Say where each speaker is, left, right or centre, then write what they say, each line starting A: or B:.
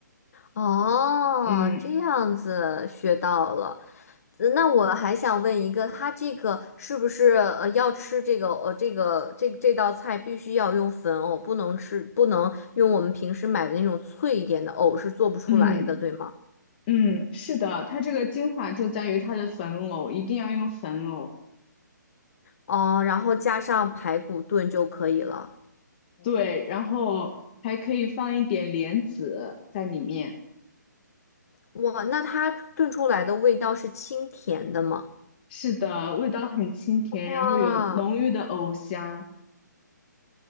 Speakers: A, on the left; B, on the left.
A: 哦，
B: 嗯
A: 这样子学到了。呃那我还想问一个，他这个是不是呃要吃这个呃这个这这道菜必须要用粉藕，不能吃不能用我们平时买的那种脆一点的藕是做不出来的，
B: 嗯
A: 对吗？
B: 嗯，是的，它这个精华就在于它的粉藕，一定要用粉藕。
A: 哦，然后加上排骨炖就可以了。
B: 对，然后还可以放一点莲子在里面。
A: 哇，那它炖出来的味道是清甜的吗？
B: 是的，味道很清甜，
A: 哇，
B: 然后有浓郁的藕香。